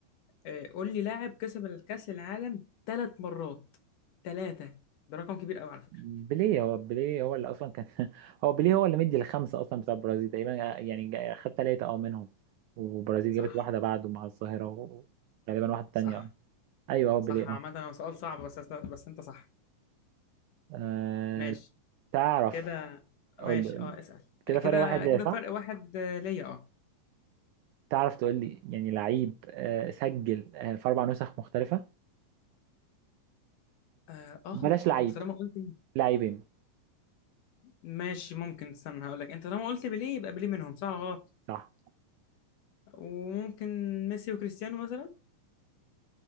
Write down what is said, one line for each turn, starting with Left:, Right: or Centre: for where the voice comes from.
Left: آه، قول لي لاعب كسب الكأس العالم ثلاث مرات ثلاثة ده رقم كبير قوي على فكرة
Right: بيليه هو بيليه هو اللي اصلا كان <laughs> هو بيليه هو اللي مدي الخمسه اصلا بتاع البرازيل تقريبا آه، يعني جا- خد ثلاثه اه منهم والبرازيل
Left: صح
Right: جابت واحده بعده مع الظاهره وغالبا واحده
Left: صح
Right: تانيه اه ايوه هو
Left: صح
Right: بيليه
Left: عامة
Right: اه
Left: هو سؤال صعب بس أست... بس أنت صح
Right: أه
Left: ماشي
Right: تعرف
Left: كده
Right: قول
Left: ماشي
Right: لي قول
Left: أه
Right: لي
Left: اسأل
Right: كده فرق
Left: كده
Right: واحد ليا
Left: كده
Right: صح؟
Left: فرق واحد آه، ليا أه
Right: تعرف تقول لي يعني لعيب أه سجل أه في أربع نسخ مختلفة
Left: اه آه،
Right: بلاش
Left: هو
Right: لعيب
Left: انت طالما قلت
Right: لاعبين
Left: ماشي ممكن استنى هقول لك انت طالما قلت بيليه يبقى بيليه منهم صح ولا غلط
Right: صح
Left: وممكن ميسي وكريستيانو مثلا